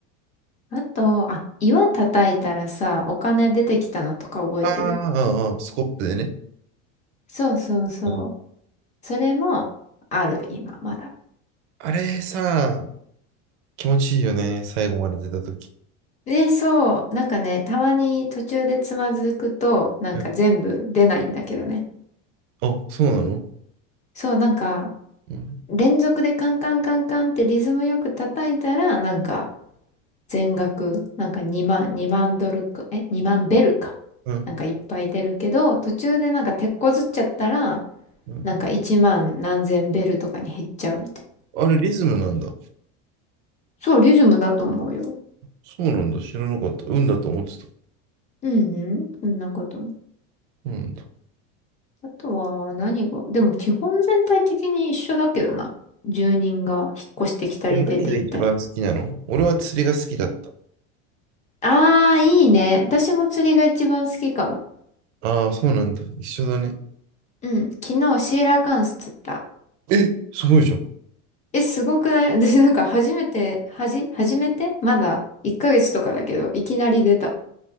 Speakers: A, on the left; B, on the right.
A: あと、あ、岩叩いたらさ、お金出てきたのとか覚えてる
B: あーあー、あスコップでね。
A: そうそうそう。
B: うん
A: それもある、今、まだ。
B: あれさ、気持ちいいよね、最後まで出たとき。
A: で、そう、なんかね、たまに途中でつまずくと、なんか全部出ないんだけどね。
B: うんあ、そうなの
A: そう、なんか、
B: うん、
A: 連続でカンカンカンカンってリズムよく叩いたら、なんか、全額、なんか2万、2万ドルか、え、2万ベルか。
B: うん、
A: なんかいっぱい出るけど、途中でなんか手こずっちゃったら、
B: うん。
A: なんか1万何千ベルとかに減っちゃうみたい。
B: あれ、リズムなんだ。
A: そう、リズムだと思うよ。
B: そうなんだ、知らなかった。運だと思ってた。
A: うんうん、そんなこと。
B: うんだ。
A: あとは何が、でも基本全体的に一緒だけどな。住人が引っ越してきたり出て行ったり。
B: え、何が一番好きなの俺は釣りが好きだった。
A: ああ、いいね。私も釣りが一番好きかも。
B: ああ、そうなんだ。一緒だね。
A: うん。昨日シーラカンス釣った。
B: え、すごいじゃん。
A: え、すごくない <laughs> 私なんか初めて、はじ、初めてまだ1ヶ月とかだけど、いきなり出た。